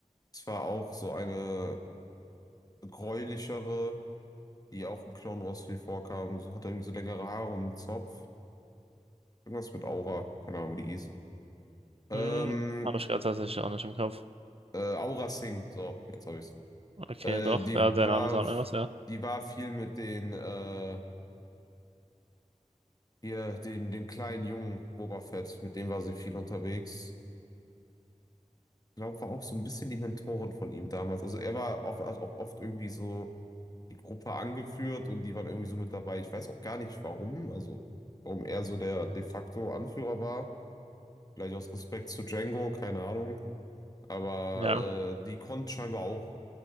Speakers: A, on the left (about 30°); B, on the right (about 45°).
A: es war auch so eine. gräulichere, die auch in Clone Wars viel vorkamen. So hat er irgendwie so längere Haare und einen Zopf. Irgendwas mit Aura. Keine Ahnung, wie die hieß. Ähm,
B: hm, habe ich gerade tatsächlich auch nicht im Kopf.
A: äh, Aura Singh. So, jetzt habe ich's.
B: Okay,
A: Äh,
B: doch,
A: die
B: ja, der
A: war,
B: Name sagt mir was, ja.
A: die war viel mit den, äh, hier, dem, dem kleinen Jungen Boba Fett. Mit dem war sie viel unterwegs. Ich glaube, war auch so ein bisschen die Mentorin von ihm damals. Also er war oft, hat auch oft irgendwie so die Gruppe angeführt und die waren irgendwie so mit dabei. Ich weiß auch gar nicht warum, also warum er so der de facto Anführer war. Vielleicht aus Respekt zu Django, keine Ahnung. Aber
B: Ja.
A: äh, die konnte scheinbar auch